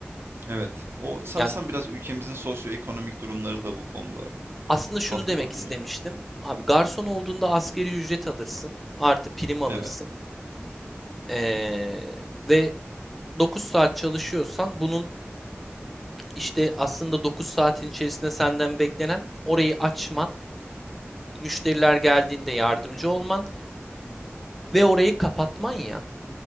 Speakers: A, on the right; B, in the centre.
A: Evet. O sanırsam
B: Yani
A: biraz ülkemizin sosyoekonomik durumları da bu konuda
B: Aslında şunu
A: katkıda
B: demek istemiştim.
A: bulunuyor.
B: Abi garson olduğunda asgari ücret alırsın. Artı prim alırsın.
A: Evet.
B: Ee, ve 9 saat çalışıyorsan bunun işte aslında 9 saatin içerisinde senden beklenen orayı açman, müşteriler geldiğinde yardımcı olman ve orayı kapatman ya.